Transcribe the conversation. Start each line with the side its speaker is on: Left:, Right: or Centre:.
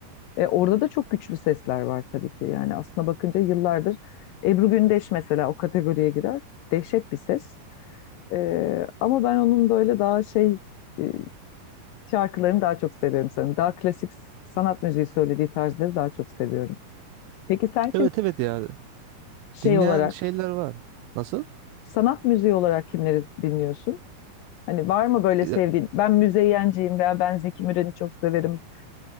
Left: e, orada da çok güçlü sesler var tabii ki. Yani aslına bakınca yıllardır Ebru Gündeş mesela o kategoriye girer. Dehşet bir ses. E, ama ben onun böyle daha şey e, şarkılarını daha çok seviyorum sanırım. Daha klasik sanat müziği söylediği tarzları daha çok seviyorum. Peki sen kim
Right: Evet evet ya.
Left: şey
Right: Dinleyen
Left: olarak,
Right: şeyler var. Nasıl?
Left: sanat müziği olarak kimleri dinliyorsun? Hani var mı böyle
Right: E,
Left: sevdiğin? Ben Müzeyyenciyim veya ben Zeki Müren'i çok severim.